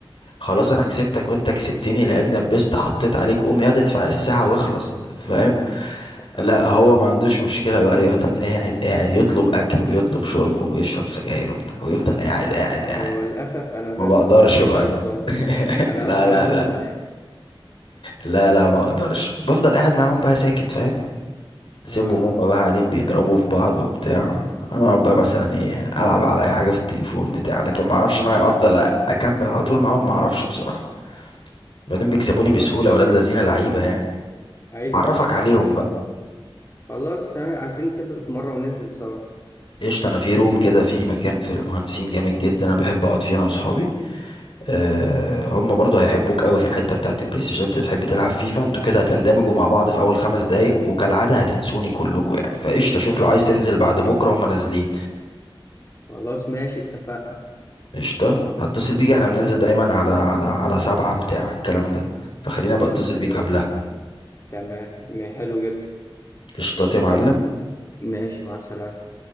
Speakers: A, on the left; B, on the left.
A: خلاص أنا كسبتك وأنت كسبتني لعبنا بيست حطيت عليك قوم ياض ادفع الساعة واخلص فاهم
B: اه
A: لا هو ما عندوش مشكلة بقى يفضل قاعد قاعد يطلب أكل ويطلب شرب ويشرب سجاير وبتاع ويفضل قاعد قاعد
B: هو
A: قاعد
B: للأسف أنا زي
A: ما بقدرش
B: أصحابك
A: بقى
B: كده بالظبط
A: كده <laughs>
B: فاهم أنا
A: لا لا
B: أنا هم
A: لا لا لا ما اقدرش بفضل قاعد معاهم بقى ساكت فاهم
B: <laughs>
A: اسيبهم
B: آه
A: هما بقى قاعدين بيضربوا في بعض وبتاع انا اقعد بقى مثلا ايه العب على اي حاجه في التليفون بتاع لكن ما اعرفش ان انا افضل اكمل على طول معاهم ما اعرفش بصراحه بعدين بيكسبوني
B: والله
A: بسهوله ولاد الذين لعيبه يعني
B: أيوه
A: اعرفك
B: أيوه
A: عليهم
B: بس
A: بقى
B: خلاص تمام عايزين نتفق في مرة وننزل سوا
A: قشطه انا في روم كده في مكان في المهندسين جامد جدا انا بحب اقعد فيه انا واصحابي أه هم برضو هيحبوك قوي في الحته بتاعت البلاي ستيشن انت بتحب تلعب فيفا انتوا كده هتندمجوا مع بعض في اول خمس دقايق وكالعاده هتنسوني كلكم يعني فقشطه شوف
B: <laughs>
A: لو عايز تنزل بعد بكره هم نازلين
B: خلاص ماشي اتفقنا
A: قشطة هتصل بيك احنا
B: يا-
A: بننزل دايما على على على سبعة بتاع الكلام ده فخليني
B: خلاص
A: ابقى اتصل
B: تمام
A: بيك قبلها
B: تمام ما- حلو جدا
A: قشطات يا معلم
B: ماشي مع السلامة